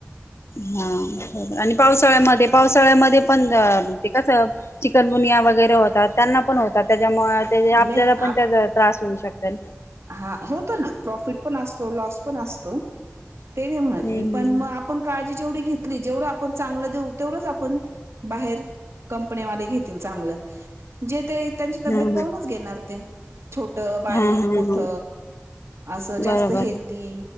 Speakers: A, on the left; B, on the right.
A: हा आणि पावसाळ्यामध्ये पावसाळ्यामध्ये पण ते कस चिकनबुनिया वगैरे होतात त्यांना पण होतात त्याच्यामुळे
B: हम्म
A: आपल्याला
B: नाही
A: पण
B: आप
A: त्या त्रास होऊ शकतो त्यां
B: हा होत ना प्रॉफिट पण असतो, लॉस पण असतो, ते नाही म्हणत
A: हम्म
B: मी पण म आप आपण काळजी जेवढी घेतली जेवढं आपण चांगलं देऊ, तेवढंच आपण बाहेर. कंपनीवाले घेतील चांगलं जे ते त्यांची तब्येत
A: हम्म
B: पाहूनच घेणार ते. छोट बारीक
A: हा हा
B: मोठ
A: हा हा
B: असं जास्त
A: बरोबर
B: हेल्दी.